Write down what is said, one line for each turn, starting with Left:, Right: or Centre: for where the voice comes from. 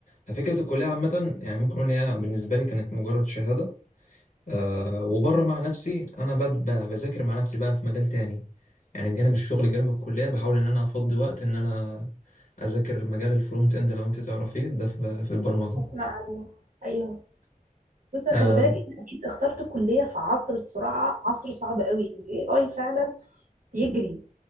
Left: ففكره الكليه عامه يعني ممكن اقول إن هي بالنسبه لي كانت مجرد شهاده أه وبره مع نفسي انا بد- ب- بذاكر مع نفسي بقى في مجال تاني يعني بجانب الشغل جانب الكليه بحاول ان انا افضي وقت ان انا اذاكر مجال الفرونت اند لو انت تعرفيه ده في في البرمجه
Right: اسمع عنه ايوه بص خلي
Left: آم،
Right: بالك انت اكيد اخترت كليه في عصر السرعه عصر صعب قوي الاي اي فعلا بيجري